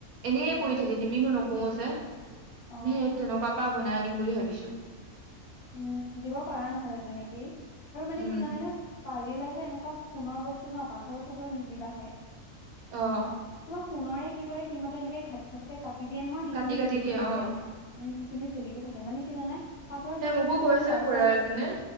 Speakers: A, on the right; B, on the left.
A: এনেই
B: অ
A: পৰি থাকে নিবিন্িনো নকওঁও যে
B: অ
A: সেই তেনেকুৱা পৰা বনাই দিম বুলি ভাবিছো
B: উম দিব পাৰা নহলে তেনেকেই আৰু মানে
A: উম
B: কি জানে ন পাৰিলে যে এনেকুৱা সোণৰ বস্তু ন পাথৰ চাথৰ নিদিবাহে
A: আহ,
B: সুণৰে কি কৰে সিহঁতে এনেকে ঘাত ঘাতকে কাট দি দিয়া নহয় সেইখিনি
A: কাটি কাটি
B: জিলিকি
A: দিয়ে
B: থাকে
A: অ
B: উম সেইখিনি জিলিকি থাকে মানে কি জানে পাথৰ
A: হেই
B: চাথৰ
A: মোকো
B: দিলে
A: কৈছে
B: মানে বাই
A: খুৰাাৰ
B: চান্স
A: এজনে